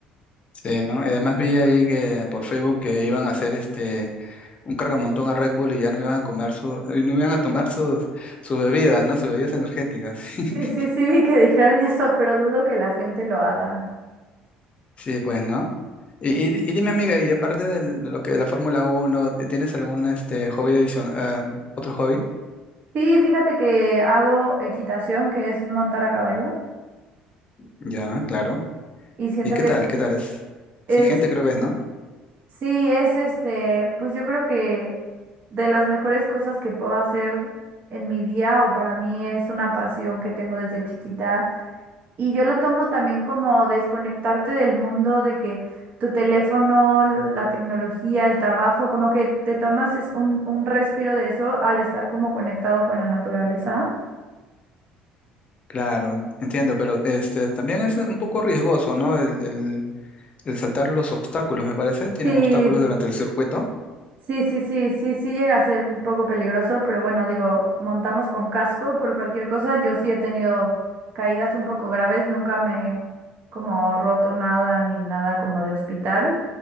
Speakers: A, on the left; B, on the right.
A: Sí, ¿no? Y además vi ahí que por Facebook que iban a hacer este un cargamontón a Red Bull y ya no iban a comer su, y no iban a tomar sus, sus bebidas, ¿no? Sus bebidas energéticas. <laughs>
B: Sí, sí, sí, vi que dijeron eso, pero dudo que la gente lo haga.
A: Sí, pues, ¿no? Y, y y dime, amiga, y aparte de lo que de la Fórmula Uno, ¿tienes algún este hobby adicional, em, otro hobby?
B: Sí, fíjate que hago equitación, que es montar a caballo,
A: Ya, claro.
B: y siento
A: ¿Y qué
B: que
A: tal?
B: es,
A: ¿Qué tal es?
B: es,
A: Exigente creo que es, ¿no?
B: sí, es este, pues yo creo que de las mejores cosas que puedo hacer en mi día o para mí es una pasión que tengo desde chiquita. Y yo lo tomo también como desconectarte del mundo, de que tu teléfono, la tecnología, el trabajo, como que te tomas es un, un respiro de eso al estar como conectado con la naturaleza.
A: Claro, en- entiendo, pero este también es un poco riesgoso, ¿no? El, el- el saltar los obstáculos, me parece. Tienen
B: Sí,
A: obstáculos durante el circuito.
B: Sí, sí, sí, sí, sí llega a ser un poco peligroso, pero bueno, digo, montamos con casco por cualquier cosa. Yo sí he tenido caídas un poco graves, nunca me he como roto nada ni nada como de hospital,